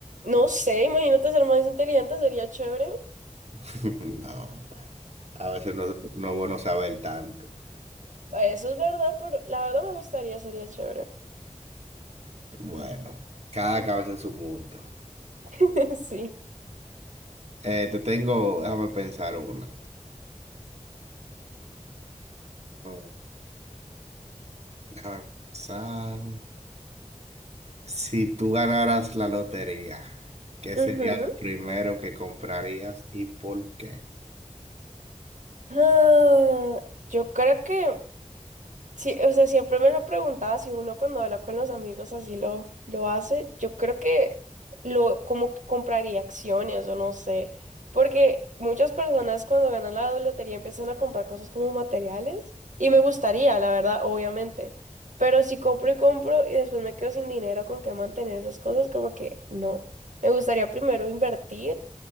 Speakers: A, on the right; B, on the right.
A: No sé, imagínate ser más inteligente, sería chévere.
B: <laughs> No, a veces no, no es bueno saber tanto.
A: Eso es verdad, pero la verdad me gustaría, sería chévere.
B: Bueno, cada cabeza en su mundo.
A: <laughs> Sí.
B: Eh, te tengo, déjame pensar una. Oh, Déjame pensar. Si tú ganaras la lotería, ¿qué
A: Ujú.
B: sería lo primero que comprarías y por qué?
A: Ah, yo creo que Sí, o sea, siempre me lo preguntaba si uno cuando habla con los amigos así lo, lo hace. Yo creo que lo como que compraría acciones o no sé, porque muchas personas cuando ganan la lotería empiezan a comprar cosas como materiales y me gustaría, la verdad, obviamente. Pero si compro y compro y después me quedo sin dinero con qué mantener esas cosas, como que no. Me gustaría primero invertir.